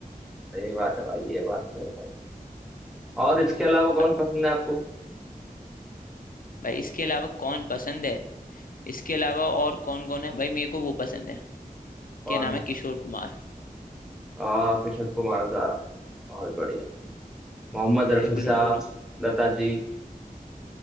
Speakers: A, in the centre; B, on the left.
A: सही बात है भाई ये बात तो है भाई और इसके अलावा कौन
B: अब
A: पसंद है आपको
B: भाई इसके अलावा कौन पसंद है इसके अलावा और कौन कौन है भाई मेरे को वो पसंद है
A: कौन
B: क्या नाम है किशोर कुमार
A: आ किशोर कुमार का बहुत बढ़िया मोहम्मद रफी
B: बिल्कुल
A: साहब
B: बिल्कुल
A: लता जी